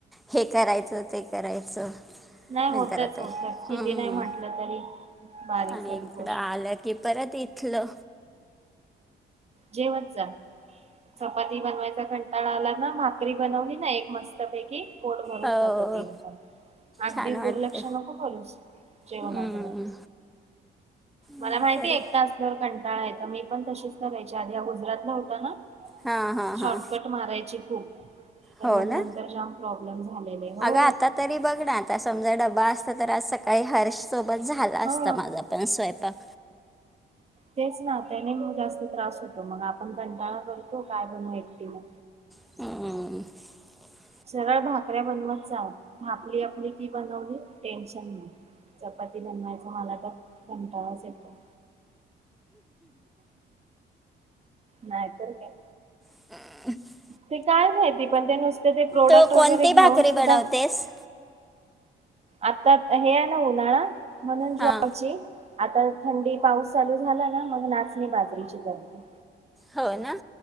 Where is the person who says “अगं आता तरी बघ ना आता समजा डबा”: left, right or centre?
Centre